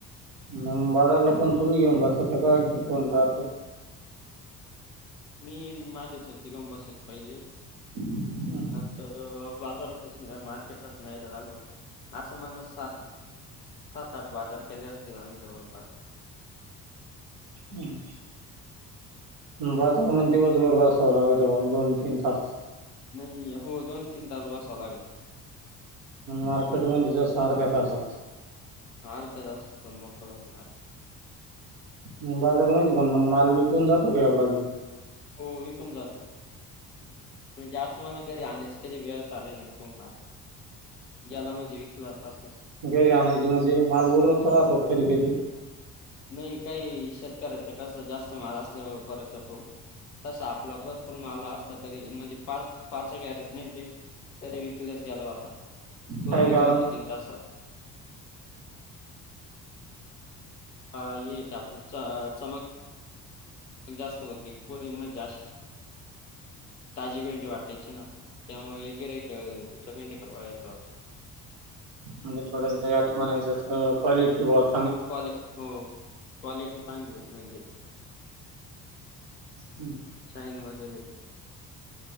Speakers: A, on the right; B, on the left.
A: मग बाजारला कोण तुम्ही घेऊन बसात्या का आणखी कोण राहत?
B: मी, माझे चुलते घेऊन बसायचे पहिले.
A: ह.
B: नंतर बाजारातच नाही मार्केटलाच न्यायला लागलो, असं म्हणा सात
A: <inaudible>
B: सात आठ बाजार केले असतील, आम्ही जवळपास.
A: हम्म,
B: हो.
A: बाजार म दिवसबर बसाव लागत बा दोन, तीन तास.
B: नाही, हो दोन तीन तास बसावं लागत.
A: मार्केट मदिच अस अर्धा तासात.
B: अर्धा तास पण मोकळ होत्या,
A: हं. बाजार मध्ये पण मग माल विकून जातो का? एवडा बी.
B: हो, विकून जातो. म्हणजे अस म्हणा घरी आणण्याची कधी वेळ आली नाही, तो माल, ग्याला म्हणजे विकलाच अस.
A: घरी आणायची म्हणजे, माल उरवत राहतो का? कधी कधी.
B: नाही काही शेतकऱ्यांच कस जास्त माल असल्यावर, परत य तो. तस आपला भरपूर माल असतो कधी कधी, म्हणजे पाच पाच कॅरेट नील ते. तरी विकल्याच गेला होता, तो
A: काय
B: बी
A: कारण
B: दोन ते तीन तासात. अ ये आपल च चमक जास्त होती पोरे म्हण गॅश ताजी भेंडी वाटायची ना त्यामुळे गिराईक तिथ भेंडी कपायच
A: म्हणजे थोडासा यात म्हणायचं तर क्वालिटी वॉच
B: क्वाल हो क्वालिटी चांगली होती भेंडिला
A: हम्म.
B: शाईन वगैरे